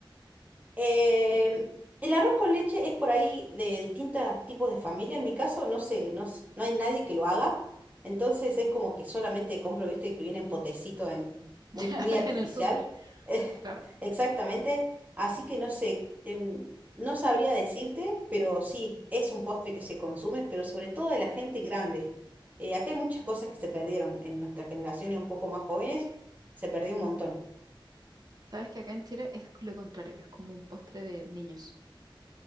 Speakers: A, on the right; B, on the right.
A: Eh, el arroz con leche es por ahí de distintos tipos de familia. En mi caso, no sé, no, s- no hay nadie que lo haga. Entonces es como que solamente compro, viste, que viene en potecito, en, muy,
B: <laughs>
A: muy artificial.
B: en el súper,
A: Eh,
B: claro.
A: <laughs> exactamente. Así que no sé, em, no sabría decirte, pero sí, es un postre que se consume, pero sobre todo de la gente grande. Eh, acá hay muchas cosas que se perdieron en nuestra generación y un poco más jóvenes. Se perdió un montón.
B: Sabes que acá en Chile es lo contrario, es como un postre de niños.